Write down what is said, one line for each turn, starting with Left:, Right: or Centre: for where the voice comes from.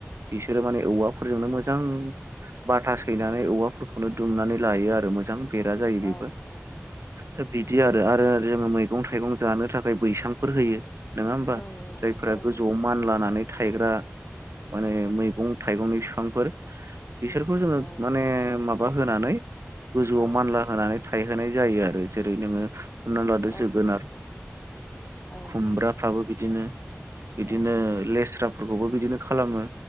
Right: बिसोरो माने
Left: उम
Right: औवाफोरजोंनो मोजां बाथा सैनानै औवाफोरखौनो दुमनानै लायो आरो मोजां बेरा जायो बेबो
Left: औ औ नंगौ नोंथां
Right: दा बिदि आरो ओरो जोङो मैगं थाइगं जानो थाखाय बैसांफोर होयो नोङा होमबा
Left: औ औ
Right: जायफोरा
Left: औ
Right: गोजौआव
Left: नंगौ
Right: मान लानानै थायग्रा माने मैगं थाइगंनि फिफांफोर बिसोरखौ जोङो
Left: औ
Right: माने माबा होनानै गोजौआव
Left: औ
Right: मानला होनानै थायहोनाय जायो आरो जेरै नोङो हमना लादो
Left: औ
Right: जोगोनार
Left: औ
Right: खुमब्रा। फ्राबो बिदिनो बिदिनो
Left: औ
Right: लेस्राफोरखौबो बिदिनो खालामो।